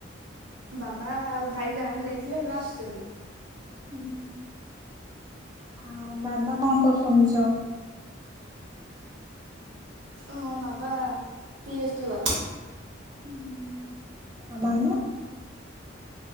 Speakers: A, on the right; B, on the right.
A: ବାବା ଆଉ ଭାଇ ଗାଁକୁ ଯାଇଥିଲେ। ଏବେ ଆସୁଛନ୍ତି।
B: ଉଁହୁଁ। ଆଉ ବାବା କଣ କରୁଛନ୍ତି ଯ
A: ହଁ ବାବା ପିଏଚ ଟି ୱା।
B: ଉଁହୁଁ ଆଉ ମାମା?